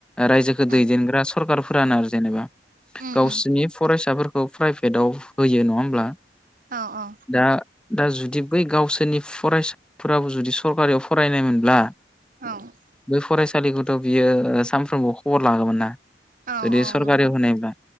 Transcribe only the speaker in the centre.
रायजोखौ
दैदेनग्रा सरखारफोरानो आरो जेनेबा
गावसिनि
फरायसा फिसाफोरखौ प्राइभेटाव होयो नङा होमब्ला?
दा दा जु बि बै गावसोरनि फरायसाफोराबो जुदि सरकारियाव फरायनाय मोन ब्ला
बे फरायसा लिखौथ' बियो सानफ्रोमबो खबर लागोमोन ना
जुदि
सरकारियाव
होनायब्ला